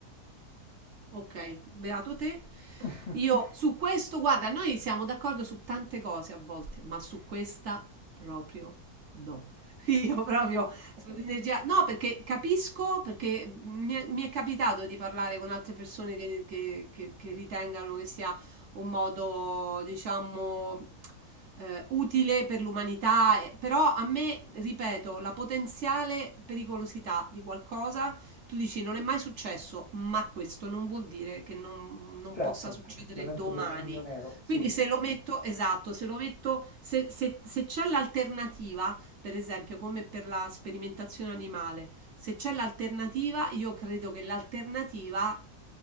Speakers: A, on the right; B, on the left.
A: Ok, beato te.
B: <laughs>
A: Io su questo, guarda, noi siamo d'accordo su tante cose a volte, ma su questa proprio no. <laughs> Io proprio sull'energia, no, perché capisco, perché mi è, mi è capitato di parlare con altre persone che, che- che- che ritengano che sia un modo, diciamo, eh, utile per l'umanità, eh, però a me, ripeto, la potenziale pericolosità di qualcosa tu dici non è mai successo, ma questo non vuol dire che non, non
B: Certo,
A: possa succedere
B: l'evento
A: domani.
B: del Cigno Nero, sì.
A: Quindi se lo metto, esatto, se lo metto, se, se- se c'è l'alternativa, per esempio come per la sperimentazione animale, se c'è l'alternativa, io credo che l'alternativa,